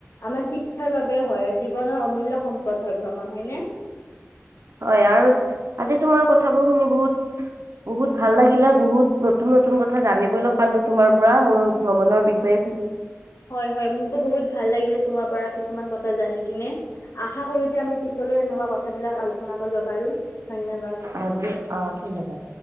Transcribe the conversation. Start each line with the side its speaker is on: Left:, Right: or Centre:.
Left: আমাৰ শিক্ষাৰ বাবে হয়, জীৱনৰ অমূল্য সম্পদ হয় ভ্ৰমণ হয়নে?
Right: হয়। আৰু আজি তোমাৰ কথাবোৰ শুনি বহুত বহুত ভাল লাগিলে, বহুত নতুন নতুন কথা জানিবলৈ পালো তোমাৰ পৰা মোৰ ভ্ৰমণৰ বিষয়ে।
Left: হয়, হয় মোকো বহুত ভাল লাগিলে তোমাৰ পৰা কিছুমান কথা জানি কিনে। আশা যে আমি পিছলৈও এনেকুৱা কথাবিলাক আলোচনা কৰিব পাৰিম ধন্যবাদ।
Right: অ' দে' অ', ধন্যবাদ।